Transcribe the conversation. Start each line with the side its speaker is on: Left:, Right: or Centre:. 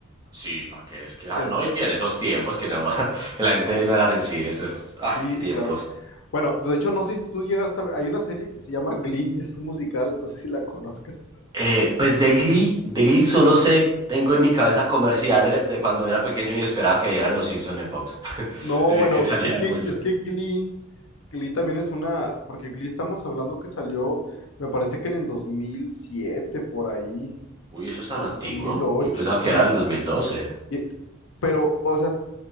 Right: Sí, pa' qué es que, ah,
Left: En-
Right: no, y en esos tiempos que no, <laughs> que la gente no era sensible, eso es,
Left: sí,
Right: ah, qué
Left: sí,
Right: tiempos.
Left: claro. Bueno, de hecho, no sé si tú llegas a... Hay una serie que se llama Glee, <laughs> es musical, no sé si la conozcas.
Right: Eh, pues de Glee, de Glee solo sé, tengo en mi cabeza comerciales de cuando era pequeño y esperaba que eran los Simpsons en Fox, <laughs>
Left: No,
Right: eh,
Left: bueno,
Right: que salían
Left: es que,
Right: muchos.
Left: es que Glee Glee también es una, porque Glee estamos hablando que salió, me parece que en el 2007, por ahí,
Right: Uy, ¿eso es tan
Left: 2008,
Right: antiguo? Yo pensaba
Left: sí,
Right: que era el
Left: sí.
Right: 2012.
Left: Y- pero, o sea,